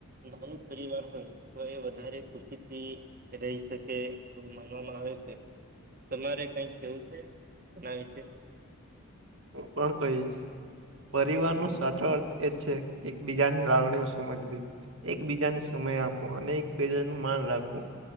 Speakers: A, on the right; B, on the right.
A: નાનું પરિવાર હોય તો એ વધારે ખુશીથી રહી શકે એવું માનવામાં આવે છે, તમારે કઈક કેવું છે. એના વિશે.
B: હૂ પણ કહીશ. પરિવારનો સાચો અર્થ એ જ છે એક બીજાની લાગણીઓ સમજવી. એકબીજાને સમય આપવો અને એકબીજાનું માન રાખવું.